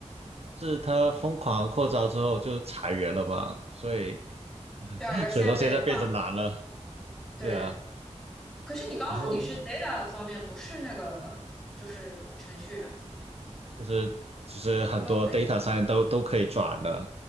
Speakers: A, on the right; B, in the centre.
A: 是他疯狂扩招之后就裁员了嘛，所以 <laughs>
B: 对啊，
A: 所以说现在变得难了，
B: 现在不也降了？对，
A: 对啊。
B: 可是你刚刚说你是
A: 然后
B: data 方面，不是那个就是程序员，
A: 就是其实很多
B: 你都可以。
A: data 上面都都可以转的，